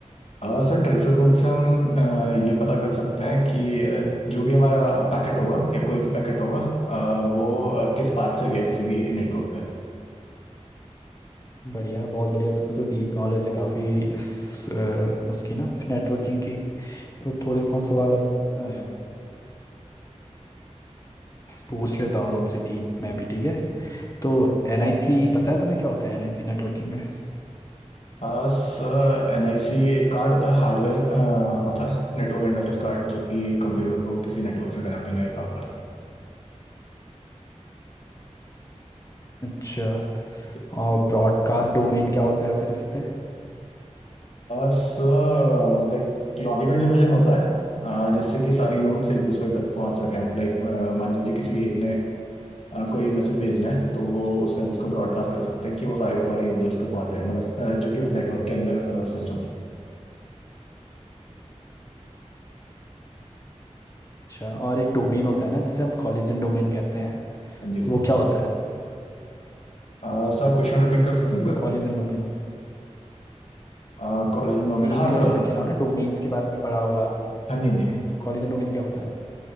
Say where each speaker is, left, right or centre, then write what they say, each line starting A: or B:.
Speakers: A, on the left; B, on the left.
A: आ, सर ट्रेसर रूट से हम आ, ये पता कर सकते हैं कि आ, जो भी हमारा पैकेट होगा या कोई भी पैकेट होगा आ, वो आ, किस पाथ से गया किसी भी नेटवर्क पे
B: बढ़िया बहुत बढ़िया तुम्हें तो डीप नॉलेज है काफ़ी इस अ, उसकी ना नेटवर्किंग की तो थोड़े बहुत सवाल अब अ, पूछ लेता हूँ तुमसे डीप में भी ठीक है तो एनआईसी पता है तुम्हें क्या होता है एनआईसी नेटवर्किंग में
A: आ, सर एनआईसी एक कार्ड होता है हार्डवेयर होता है नेटवर्क इंटरफेस कार्ड जो कि कंप्यूटर को किसी नेटवर्क से कनेक्ट करने का काम करता
B: अच्छा
A: है
B: और ब्रॉडकास्ट डोमेन क्या होता है फिर इस पे
A: सर लाइक लॉजिकल डिवीजन होता है अह, जिससे कि सारी नोट्स एक दूसरे तक पहुंच सके लाइक मान लीजिए किसी एक ने अह, कोई मैसेज भेजना है तो वो उस मैसेज को ब्रॉडकास्ट कर सकते हैं कि वो सारे के सारे यूजर्स तक पहुंच जाए मतलब अह, जो कि उस नेटवर्क के अंदर सिस्टम से
B: अच्छा और एक डोमेन होता है ना जिसे हम कॉलिजन डोमेन कहते हैं
A: हाँ जी सर
B: वो क्या होता है
A: अह, सर आप क्वेश्चन रिपीट कर सकते
B: हम्म
A: हैं एक
B: कॉलिजन डोमेन
A: बार Collision domain
B: एक
A: हाँ
B: अ,
A: सर
B: मैं कह रहा हूँ ना डोमेन्स के बारे में पढ़ा होगा आपने हम्म
A: हाँ जी हाँ जी
B: तो कॉलिजन डोमेन क्या होता है